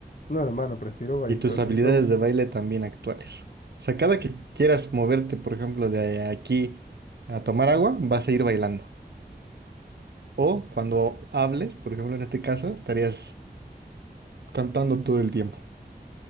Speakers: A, on the left (about 55°); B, on the right (about 80°).
A: No, hermano, prefiero bailar,
B: Y tus
A: prefiero...
B: habilidades de baile también actuales. O sea, cada que quieras moverte, por ejemplo, de aquí a tomar agua, vas a ir bailando. O cuando hables, por ejemplo, en este caso, estarías cantando todo el tiempo.